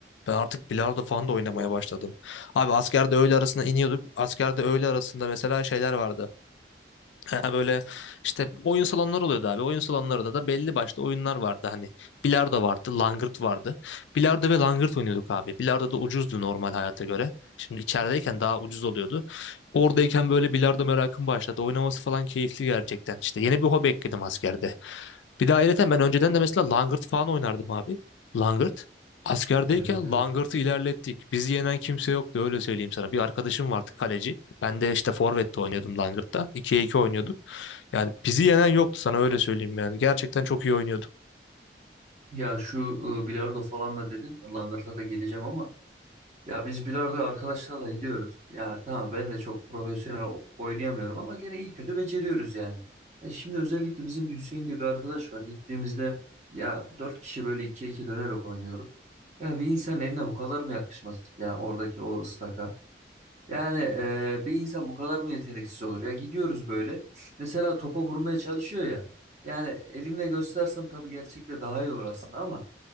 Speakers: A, on the left; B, on the right.
A: Ben artık bilardo falan
B: Oo,
A: da oynamaya başladım. Abi askerde öğle arasında iniyorduk. Askerde öğle arasında mesela şeyler vardı. Ha, böyle işte oyun salonları oluyordu abi. Oyun salonlarında da belli başlı oyunlar vardı hani. Bilardo vardı, langırt vardı. Bilardo ve langırt oynuyorduk abi. Bilardo da ucuzdu normal hayata göre. Şimdi içerideyken daha ucuz oluyordu. Oradayken böyle bilardo merakım başladı. Oynaması falan keyifli gerçekten. İşte yeni bir hobi ekledim askerde. Bir de ayrıca ben önceden de mesela Langırt falan oynardım abi. Langırt. Askerdeyken
B: evet evet.
A: Langırt'ı
B: evet.
A: ilerlettik. Bizi yenen kimse yoktu öyle söyleyeyim sana. Bir arkadaşım vardı kaleci. Ben de işte forvette oynuyordum Langırt'ta. 2'ye 2 oynuyorduk. Yani bizi yenen yoktu sana öyle söyleyeyim yani. Gerçekten çok iyi oynuyorduk.
B: Ya şu e, bilardo falan da dedin. Langırta da geleceğim ama Ya biz bilardoya arkadaşlarla gidiyoruz. Ya tamam ben de çok profesyonel o- oynayamıyorum ama gene iyi kötü beceriyoruz yani. E şimdi özellikle bizim bir Hüseyin diye bir arkadaş var. Gittiğimizde ya dört kişi böyle ikiye iki dönerek oynuyoruz. Ya bir insan eline bu kadar mı yakışmaz ya oradaki o ıslaka? Yani e, bir insan bu kadar mı yeteneksiz olur? Ya gidiyoruz böyle. Mesela topa vurmaya çalışıyor ya. Yani elimle göstersem tabii gerçekte daha iyi olur aslında ama